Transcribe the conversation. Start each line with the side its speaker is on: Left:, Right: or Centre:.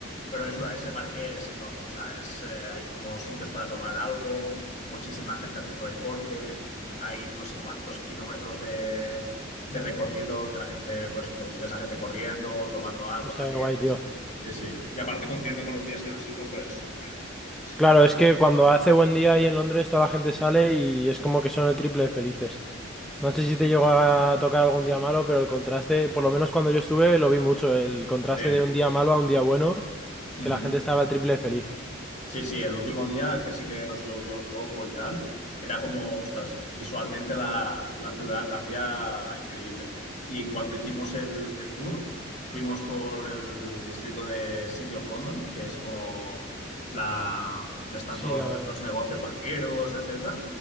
Left: pero es, una- ese parque es enorme, o sea, es, eh, hay como sitios para tomar algo, muchísima gente haciendo deporte, hay no sé cuántos kilómetros de, de recorrido que la gente, pues ves a gente corriendo, tomando algo
Centre: Está
Left: también.
Centre: bien guay, tío.
Left: Sí, sí. Y aparte coincidiendo con los días que nos hizo, pues súper bien. Sí, sí.
Centre: Claro, es que cuando hace buen día ahí en Londres toda la gente sale y es como que son el triple de felices. No sé
Left: Sí,
Centre: si te llegó
Left: Sí.
Centre: a tocar algún día malo, pero el contraste, por lo menos cuando yo estuve, lo vi mucho, el contraste
Left: Sí.
Centre: de un día malo a un día bueno,
Left: Ujú.
Centre: que la gente estaba el triple de feliz.
Left: Sí, sí, el último día que sí que nos llovió un poco y tal, era como, ostras, visualmente la, la ciudad cambia increíble. Y cuando hicimos el, el tour, fuimos por el distrito de City of London, que es como la, donde están
Centre: Sí,
Left: todos
Centre: la...
Left: los, los negocios banqueros, etcétera.